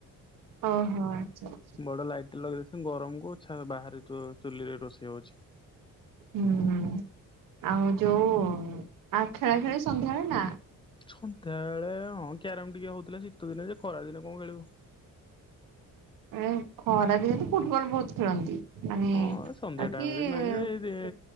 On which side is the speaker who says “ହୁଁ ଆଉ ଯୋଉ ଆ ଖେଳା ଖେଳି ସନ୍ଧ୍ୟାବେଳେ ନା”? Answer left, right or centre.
Right